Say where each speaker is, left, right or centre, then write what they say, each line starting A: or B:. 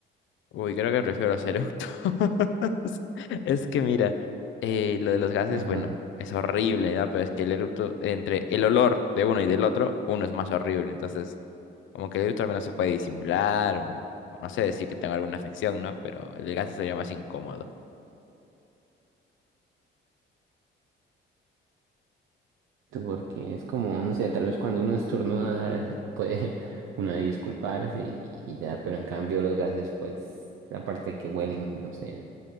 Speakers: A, on the left; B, on the right.
A: Uy, creo que prefiero los eructos. <laughs> Es que mira, eh, lo de los gases,
B: Ajá,
A: bueno, es horrible, ¿no? Pero es que el eructo, entre el olor de uno y del otro, uno es más horrible. Entonces, Como que el gusto al menos se puede disimular o, o no sé decir que tengo alguna afección, ¿no? Pero el desgaste sería más incómodo.
B: tú, porque es como, no sé, tal vez cuando uno estornuda, ¿sabes? Y puede <laughs> uno disculparse y, y ya, pero en cambio los gases, pues, aparte de que huelen, no sé,